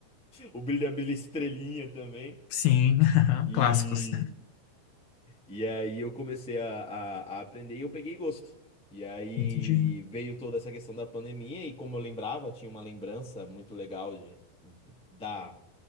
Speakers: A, in the centre; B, on the left.
A: O brilha brilha estrelinha também.
B: Sim, aham,
A: E
B: clássicos.
A: E aí eu comecei a, a, a aprender e eu peguei gosto. E aí
B: Entendi.
A: veio toda essa questão da pandemia, e como eu lembrava, tinha uma lembrança muito legal de, da,